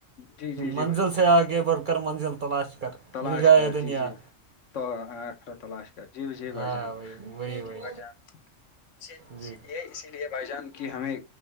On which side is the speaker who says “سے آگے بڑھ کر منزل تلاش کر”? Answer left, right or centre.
Right